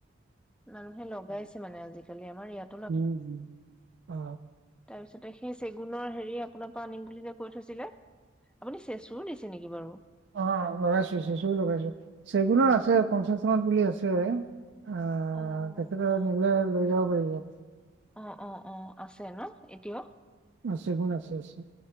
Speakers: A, in the centre; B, on the right.
A: মানুহে লগাইছে মানে আজিকালি আমাৰ ইয়াত
B: উম উম অ।
A: তাৰপিছতে সেই চেগুনৰ হেৰি আপোনাৰ পৰা আনিম বুলি যে কৈ থৈছিলে আপুনি চেচুও দিছে নিকি বাৰু?
B: অ, লগাইছো চেচুও লগাইছো চেগুনো আছে পঞ্চাশটা মান পুলি আছে। আ
A: অ
B: তেখেতে
A: অ
B: নিলে লৈ যাব পাৰিব।
A: অ অ অ, আছে ন এতিয়াও?
B: আছে চেগুন আছে আছে।